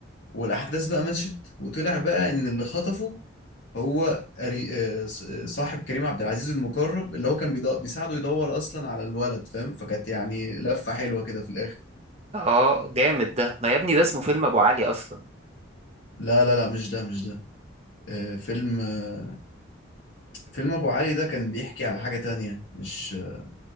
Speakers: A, on the left; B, on the right.
A: والاحداث بقى مشت وطلع بقى ان اللي خطفه هو قري- آه، ص- آه، صاحب كريم عبد العزيز المقرب اللي هو كان بيدو... بيساعده يدور اصلا على الولد فاهم فكانت يعني لفة حلوة كده في الاخر
B: اه جامد ده ما يا ابني ده اسمه فيلم ابو علي اصلا
A: لا لا لا مش ده مش ده آه، فيلم آه، فيلم ابو علي ده كان بيحكي على حاجة تانية مش آه،